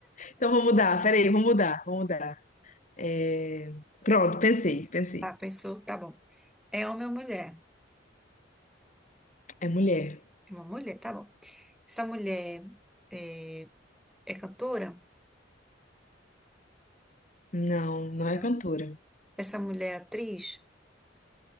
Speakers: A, on the left; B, in the centre.
A: Então vou mudar, peraí, vou mudar, vou mudar. É, Pronto, pensei, pensei.
B: Tá, pensou, tá bom. É homem ou mulher?
A: É mulher.
B: É uma mulher, tá bom. Essa mulher é, é cantora?
A: Não, não
B: Não.
A: é cantora.
B: Essa mulher é atriz?